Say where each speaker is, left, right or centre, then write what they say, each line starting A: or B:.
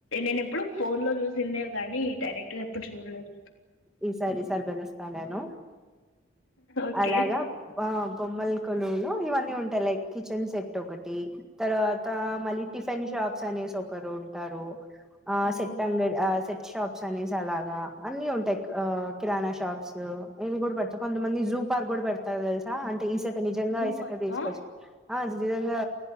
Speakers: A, on the left (about 80°); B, in the centre.
A: నేను ఎప్పుడు ఫోన్ లో చూసిందే కానీ డైరెక్ట్ గా ఎప్పుడు చూడలేదు
B: ఈ సారి ఈ సారి పిళస్తస్తా నేను
A: ఓకే
B: అలాగా వావ్ బొమ్మల కొలువులు ఇవన్నీ ఉంటాయి లైక్ కిచెన్ సెట్ ఒకటి తర్వాత మళ్ళీ టిఫిన్ షాప్స్ అనేసి ఒకరు ఉంటారు ఆ
A: ఓహో
B: సెట్ంగడి ఆ సెట్ షాప్స్ అనేసి అలాగా అన్ని ఉంటాయి ఆ కిరాణా షాప్స్ ఇవి కూడా పెడతా కొంతమంది జూ పార్క్ కూడా పెడతారు తెలుసా అంటే ఈ సె నిజంగా
A: జూ
B: ఈసక్క
A: పార్కా
B: తీసుకోవచ్చు ఆ నిజంగా